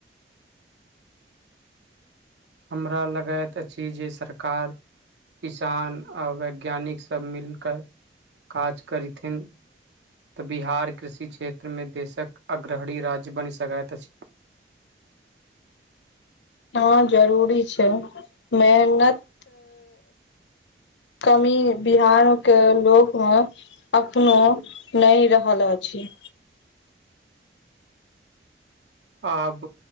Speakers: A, on the right; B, on the left.
A: हमरा लगैत अछि जे सरकार किसान आ वैज्ञानिक सब मिलकय काज करीथिन तऽ बिहार कृषि क्षेत्र मे देशक अग्रहणी राज्य बनि सकैत अछि।
B: हाँ जरूरी छैय मेहनत कमी बिहारऽके लोक मे अपनो नहि रहल अछि
A: आब